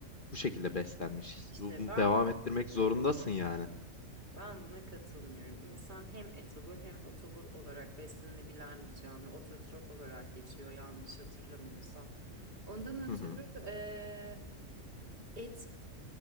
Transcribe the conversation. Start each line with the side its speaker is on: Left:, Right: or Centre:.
Left: bu şekilde beslenmişiz.
Right: İşte
Left: Bunu
Right: ben
Left: devam ettirmek zorundasın yani.
Right: ben buna katılmıyorum. İnsan hem etobur hem otobur olarak beslenebilen bir canlı. Ototrof olarak geçiyor yanlış hatırlamıyorsam. Ondan
Left: Hı
Right: ötürü
Left: hı.
Right: eee, et